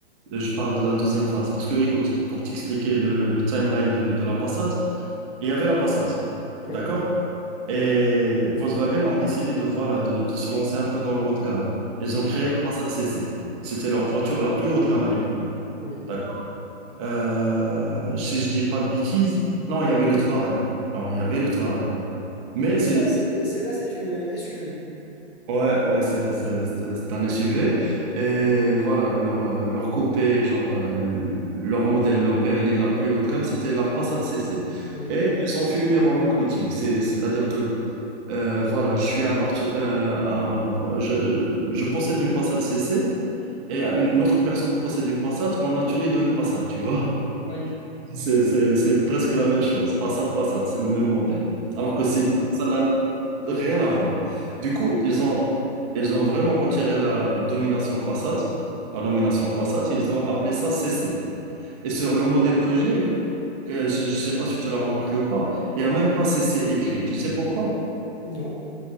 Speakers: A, on the right; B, on the left.
A: euh, je parle de la deuxième phase. Parce que, écoute, pour t'expliquer le, le timeline de, de la Passat il y avait la Passat
B: Oui,
A: d'accord? Et Volkswagen ont décidé de, voilà, de, de se lancer un peu dans le haut de gamme. Ils
B: oui,
A: ont créé la Passat CC. C'était leur voiture la plus haut de gamme à l'époque.
B: oui.
A: D'accord. Euh, si je dis pas de bêtises, non, il y avait le Touareg. Non, il y avait le Touareg. Mais
B: Mais
A: c'est
B: ça, c'est- celle-là, c'est une SUV.
A: ouais, ouais, c'est c'est- c'est- c'est un SUV. Et voilà, leur, euh, leur coupé, genre euh, leur modèle, leur berline la plus haut de gamme, c'était la Passat CC.
B: Oui,
A: Et ils ont fait une erreur marketing. C'est- C'est-à-dire que Euh, voilà, je suis un parti- euh, un- je, je possède une Passat CC et une autre personne possède une Passat. On a tous les deux une Passat, tu vois.
B: oui.
A: C'est, c'est, c'est presque la même chose. Passat, Passat, c'est le même modèle. Alors
B: Exact.
A: que c'est, ça n'a rien à voir. Du coup, ils ont, ils ont vraiment retiré la domination Passat, la nomination Passat. Ils ont appelé ça CC. Et sur le modèle que j'ai, que je ne sais pas si tu l'as remarqué ou pas, il n'y a même pas CC écrit. Tu sais pourquoi?
B: Non.